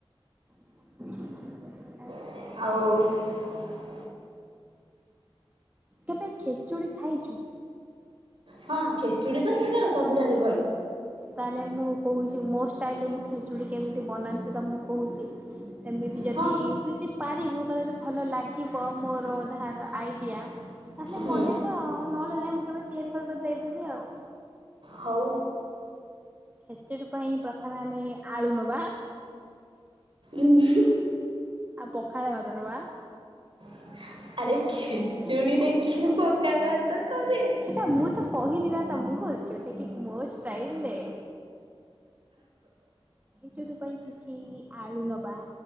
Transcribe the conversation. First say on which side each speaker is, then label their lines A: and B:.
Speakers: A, on the right; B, on the right.
A: <inaudible>
B: ଆଉ
A: କେବେ ଖେଚୁଡି ଖାଇଚୁ?
B: ହଁ ଖେଚୁଡି ତ ମୋର ସବୁଠୁରୁ
A: ତାହେଲେ ମୁଁ କହୁଚି ମୋ ଷ୍ଟାଇଲରେ ମୁଁ ଖେଚୁଡି କେମିତି ବନାନ୍ତି ତମକୁ। କହୁଚି ସେମିତି ଯଦି
B: ହଁ
A: ତୁ ଯଦି ପାରିବୁ ତତେ ଯଦି ଭଲ ଲାଗ ପୁ ଆଉ ମୋର ଧାରା ଆଇଡିଆ ତାହେଲେ
B: ହୁଁ
A: ମନେଇବ ଆଉ ନହେଲେ ନାଇ ମୁଁ କେବେ ତିଆରି କଲେ ତତେ ଦେଇଦେବି ଆଉ।
B: ହଉ।
A: ଖେଚେଡି ପାଇଁ ପ୍ରଥମେ ଆମେ ଆଳୁ ନବା
B: ଉଁ ହୁଁ।
A: ଆଉ ପଖାଳ ବାଦ ନବା।
B: <inaudible>
A: କୁ
B: ଖେଚୁଡିରେ
A: ସେଟା
B: କିଏ ପଖାଳ ଭାତ କରେ?
A: ମୁଁ ତ କହିନି ନା ତମକୁ। ଯୋଉଟା କି ମୋ ଷ୍ଟାଇଲଲେ। ଖେଚଡ ପାଇଁ କିଛି ଆଳୁ ନବା